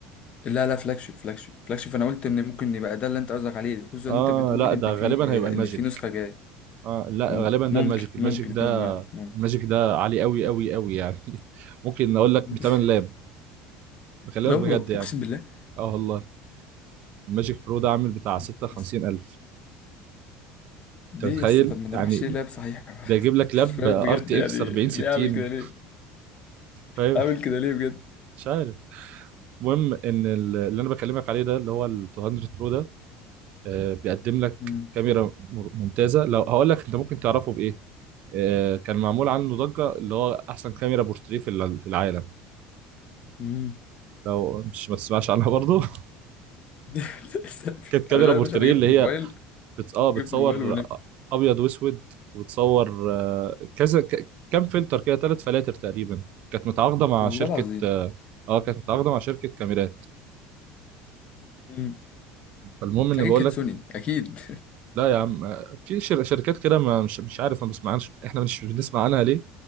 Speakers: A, on the left; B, on the right.
A: لا لا فلاج شيب فلاج شيب فلاج شيب انا قلت ان ممكن يبقى ده اللي انت قصدك عليه خصوصا
B: آه
A: ان انت بتقول
B: لا
A: ان
B: ده غالبا
A: في
B: هيبقى الماجيك
A: ان في نسخه جايه
B: آه لا
A: مم.
B: غالبا
A: ممكن
B: ده الماجيك الماجيك
A: ممكن
B: ده
A: يكون الماجيك ممكن
B: الماجيك ده عالي أوي أوي أوي يعني <laughs> ممكن أقول لك
A: <laughs>
B: بتمن لاب بكلمك
A: لا ورب
B: بجد يعني
A: اقسم بالله
B: اه والله الماجيك برو ده عامل بتاع
A: <laughs>
B: 56 ألف
A: دي
B: انت متخيل
A: يا اسطى طب ما نروحش
B: يعني
A: لعب صحيح
B: ده يجيب لك
A: <laughs>
B: لاب
A: مش فاهم
B: ار
A: بجد
B: تي
A: يعني
B: اكس 40
A: ليه
B: 60
A: اعمل كده ليه
B: <laughs> فاهم
A: اعمل كده ليه بجد
B: مش عارف المهم ان ال- اللي انا بكلمك عليه ده اللي هو ال 200 برو ده آه، بيقدم لك
A: امم
B: كاميرا مر- ممتازه لو هقول لك انت ممكن تعرفه بايه آه، كان معمول عنه ضجه اللي هو احسن كاميرا بورتريه في الع- في العالم
A: امم
B: لو مش ما تسمعش عنها برضه <laughs>
A: <laughs>
B: كانت كاميرا
A: انا لا
B: بورتريه
A: يا باشا انا جبت
B: اللي
A: الموبايل
B: هي بت... اه بتصور
A: جبت الموبايل ونمت
B: ابيض واسود وبتصور آه، كذا ك... كام فلتر كده ثلاث فلاتر تقريبا كانت متعاقده مع
A: والله
B: شركه
A: العظيم
B: اه آه، كانت متعاقده مع شركه كاميرات
A: امم
B: فالمهم ان
A: اكيد
B: بقول
A: كانت
B: لك
A: سوني اكيد
B: لا يا عم آه، في شر... شركات كده ما مش مش عارف ما بسمعناش احنا مش بنسمع عنها ليه